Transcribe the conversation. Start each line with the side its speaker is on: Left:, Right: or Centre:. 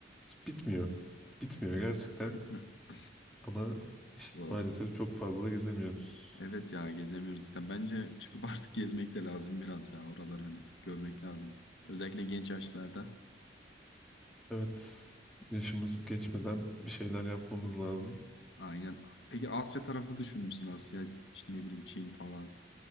Centre: Bitmiyor. Bitmiyor gerçekten.
Left: <laughs>
Centre: Ama işte
Left: Doğru.
Centre: maalesef çok fazla gezemiyoruz.
Left: Evet ya gezemiyoruz işte. Bence çıkıp artık gezmek de lazım biraz ya. Oraları hani görmek lazım. Özellikle genç yaşlarda.
Centre: Evet, yaşımız geçmeden bir şeyler yapmamız lazım.
Left: Aynen. Peki Asya tarafı düşünmüşsün. Asya, Çin ne bileyim Çin falan.